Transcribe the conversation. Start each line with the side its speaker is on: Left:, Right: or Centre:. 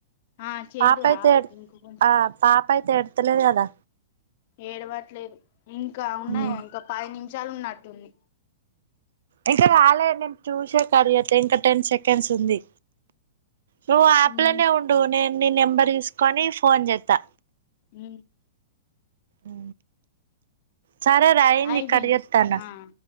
Left: ఆ చేద్దు
Right: పాపయితే
Left: ఆగకు
Right: ఎడ్త్
Left: ఇంక కొంచెం
Right: ఆ పాపయితే ఏడుతలేదు కదా.
Left: ఏడవట్లేదు ఇంకా ఉన్నాయ
Right: మ్
Left: ఇంకా పది నిమిష షాలు ఉన్నట్టుంది.
Right: ఇంకా కాలే నేను చూసే కట్చెత్త ఇంకా టెన్ సెకండ్స్ ఉంది. నువ్వు అప్లనే
Left: ఉ
Right: ఉండు నేను నీ నెంబర్ తీసుకొని ఫోన్ చేస్తా.
Left: ఊ
Right: అ సరే రాయింది
Left: అయిపోయింది
Right: కట్ చెత్తాన
Left: ఆ